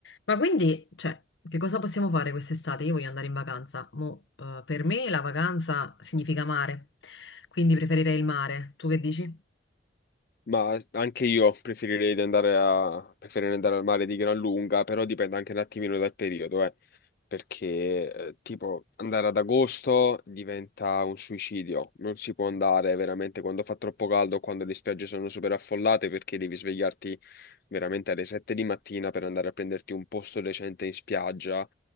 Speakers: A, on the left (about 85°); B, on the left (about 55°).
A: Ma quindi, cioè, che cosa possiamo fare quest'estate? Io voglio andare in vacanza. Mo, eh, per me la vacanza significa mare, quindi preferirei il mare. Tu che dici?
B: Ma anche io preferirei di andare a- preferirei andare al mare di gran lunga, però dipende anche un attimino dal periodo, eh, perché eh, tipo andare ad agosto diventa un suicidio, non si può andare veramente quando fa troppo caldo, o quando le spiagge sono super affollate, perché devi svegliarti veramente alle 7 di mattina per andare a prenderti un posto decente in spiaggia